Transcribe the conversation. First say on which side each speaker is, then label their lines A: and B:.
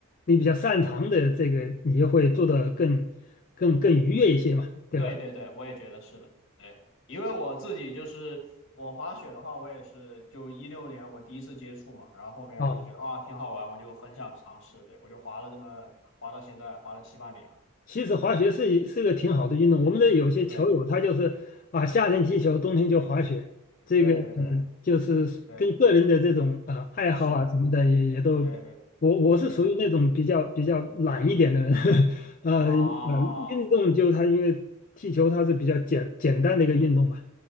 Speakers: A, on the left (about 40°); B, on the left (about 60°).
A: 你比较擅长的这个，你就会做得更更更愉悦一些嘛，对吧？
B: 对对对，我也觉得是的，对，因为我自己就是我滑雪的话，我也是就一六年我第一次接触嘛，然后后面我就觉得啊挺好玩，
A: 哦。
B: 我就很想尝试，对，我就滑了这么滑到现在，滑了七八年了，
A: 其实滑雪是一是个挺好的运动。我们的有些球友他就是啊，
B: 对
A: 夏天踢球，冬天就滑雪，这个嗯就是跟个人的这种啊爱好啊什么的也也都，
B: 对对对对，是的，对对
A: 我我是属于那种比较比较懒一点的人，
B: 对
A: <laughs> 呃呃，
B: 啊。
A: 运动就他因为踢球它是比较简简单的一个运动嘛，